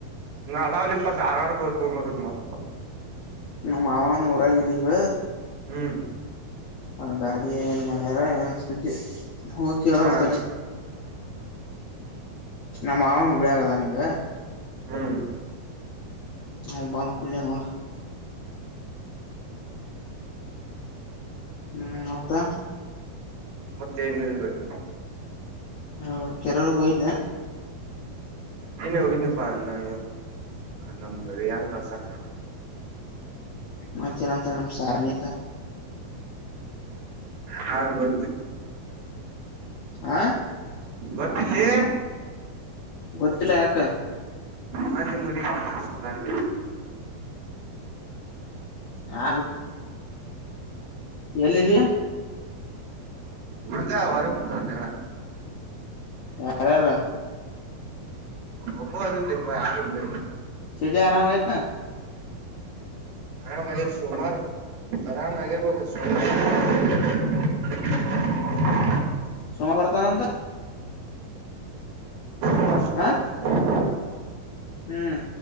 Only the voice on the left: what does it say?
ನಮ್ಮ ಮಾವಾನ ಉರಾವಲ್ಲಿೀಗ
ಆ ಗಾಡಿ ಏನು ಮಾಡ್ಯಾರ ಏ ಸ್ದ ಹೋಗಕಿ ಹೋಗಕ
ನಮ್ಮ್ ಮಾವನಿಗೆ ಬಿಳಿಗದಾನೀಗ
ಹ ಬ ಕಲ್ಯಾಣೋಳ ಹ್ಮ್ ಮತ್ತ
ಹಾ ಕೆರಳ ಹಯ
ಮತ್ತ ನಂತರ ನಮ ಸಾರ್ಣಿತ
ಆ
ಗೊತ್ತಿಲ್ಲ ಯಾಕ
ಹ ಎಲ್ಲಿದೀ
ಯಾರ ಯಾರ
ಕೆತೆ ಆರಾಮಯ ನ
ಸೋಮವಾರತ ನಂತ
ಹ ಹ್ಮ್